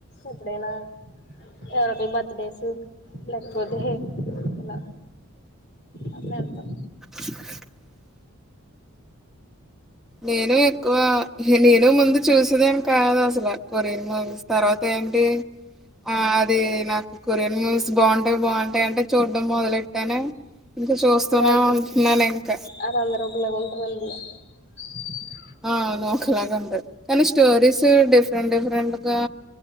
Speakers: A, on the left; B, in the centre.
A: ఎప్పుడైనా ఎవరిదన్న బర్త్ డేస్ లేకపోతే ఎలా అప్పుడు వెళ్తాం
B: <unintelligible> నేను ఎక్కువ నేను ముందు చూసేదాన్ని కాదు అసలు కొరియన్ మూవీస్ తర్వాత అంటే ఆ అది నాకు కొరియన్ మూవీస్ బాగుంటే అవి బాగుంటాయి అంటే చూడ్డం మొదలెట్టేనే ఇంక చూస్తూనే
A: అలా
B: ఉంటున్నాను ఇంకా
A: అది అందరూ ఒకేలాగా ఉంటారు అందులో <unintelligible>
B: ఆ అవును ఒకలాగా ఉంటారు కానీ స్టోరీస్ డిఫరెంట్ డిఫరెంట్ డిఫరెంట్ గా